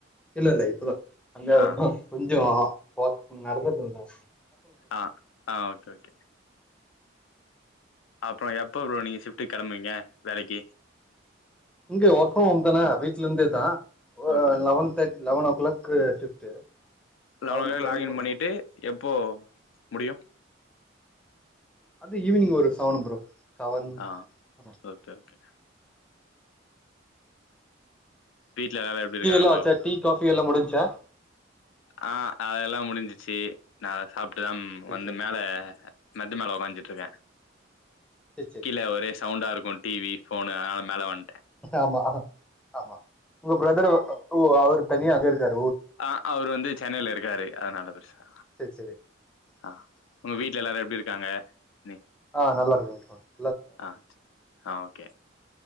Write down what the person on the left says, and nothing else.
ஆ
ஆ ஆ ஓகே ஓகே அப்றோ எப்போ ப்ரோ நீங்க ஷிப்டுக் கிளம்புவீங்க வேலக்கி
ஓகே ஓகே
லவனோ
கிளாக்
லாகின்
பண்ணிட்டு எப் போ முடியு
ஆ
ஓகே ஓகே வீட்ல எல்லாரும் எப்டி இருக்காங்க
ப்ரோ
ஆ அதெல்லா முடிஞ்சுச்சி நாங்க சாப் லம்
வந்து
மேல மெத்த மேல உக்காஜ்சிட்ருக்க
கீழ ஒரே சவுண்டாருக் ஓன் டிவி ஃபோன் அதனால மேல வன்
ஆ அவரு வந்து சென்னைல இருக்காரு அதனால பெருசா
ஆ உங்க வீட்ல எல்லாரும் எப்டிரு காங்க நீ
ஆ சே ஆ ஓகே